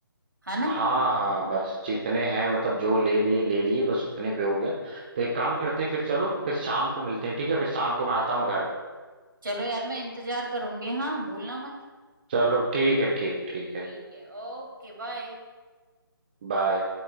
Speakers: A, on the right; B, on the right.
A: है ना
B: हाँ हाँ बस जितने हैं मतलब जो ले लिए ले लिए बस उतने पे हो गया तो एक काम करते हैं फिर चलो फिर शाम को मिलते हैं ठीक है फिर शाम को मैं आता हूँ घर
A: चलो यार मैं इंतजार करूंगी हाँ भूलना मत
B: चलो ठीक है ठीक ठीक है
A: ठीक है ओके बाय
B: बाय